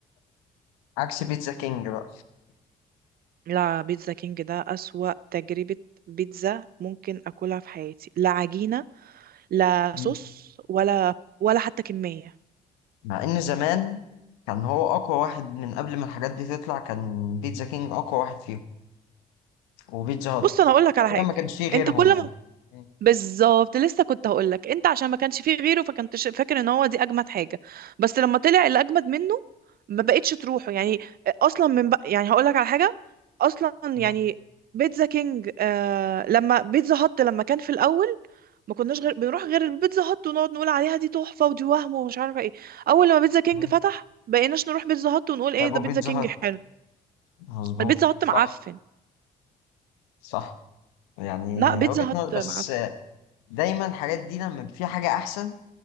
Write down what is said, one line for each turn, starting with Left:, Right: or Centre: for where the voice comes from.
Left: عكس بيتزا كينج بقى
Right: لا بيتزا كينج ده أسوأ تجربة بيتزا ممكن أكلها في حياتي لا عجينة لا
Left: مم.
Right: صوص ولا ولا حتى كمية
Left: مع إن زمان كان هو أقوى واحد من قبل ما الحاجات دي تطلع كان بيتزا كينج أقوى واحد فيهم وبيتزا هات
Right: بص أنا أقول لك على
Left: تقريبا
Right: حاجة
Left: ما كانش فيه غيرهم
Right: أنت كل
Left: يعني
Right: ما
Left: مم.
Right: بالظبط لسه كنت هقول لك انت عشان ما كانش فيه غيره فكنت ش- فاكر ان هو دي اجمد حاجه بس لما طلع اللي اجمد منه ما بقتش تروحه يعني اصلا من بق... يعني هقول لك على حاجه اصلا يعني
Left: مم.
Right: بيتزا كينج آه لما بيتزا هات لما كان في الاول ما كناش غير بنروح غير البيتزا هات ونقعد نقول عليها دي تحفه ودي وهم ومش عارفه ايه اول لما بيتزا كينج
Left: مم.
Right: فتح بقيناش نروح بيتزا هات ونقول ايه
Left: طيب
Right: ده
Left: وبيتزا
Right: بيتزا كينج
Left: هات
Right: حلو
Left: مظبوط
Right: البيتزا هات
Left: صح
Right: معفن
Left: صح يعني
Right: لا بيتزا
Left: وجهة نظر
Right: هات
Left: بس
Right: معفن
Left: دايما الحاجات دي لما في حاجة أحسن